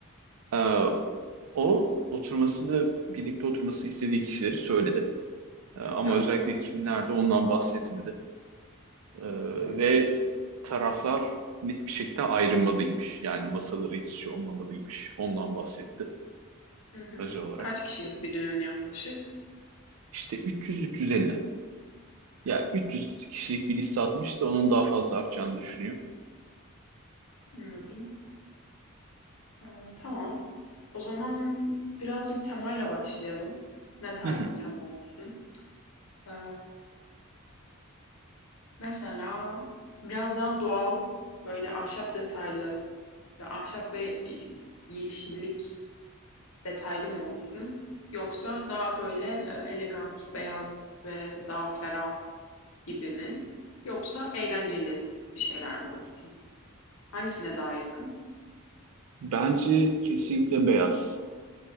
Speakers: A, on the right; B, on the left.
A: e, o oturmasını, birlikte oturmasını istediği kişileri söyledi. Ee, ama
B: Tamam.
A: özellikle kimlerde ondan bahsetmedi. Ee,
B: Tamam.
A: ve taraflar net bir şekilde ayrılmalıymış. Yani masaları hiç şey olmamalıymış. Ondan bahsetti.
B: Hı hı.
A: özel olarak.
B: Kaç kişilik bir düğün yaklaşık?
A: İşte 300-350. Ya 300 kişilik bir liste atmışsa onun daha fazla artacağını düşünüyor.
B: Anladım. Ee, tamam. O zaman birazcık temayla başlayalım. Ne tarz
A: Hı hı.
B: bir tema olsun? Ee, mesela biraz daha doğal, böyle ahşap detaylı ve ahşap ve y- yeşillik detaylı mı olsun? Yoksa daha böyle e, elegans, beyaz ve daha ferah gibi mi? Yoksa eğlenceli bir şeyler mi olsun? Hangisine daha yakın?
A: Bence kesinlikle beyaz.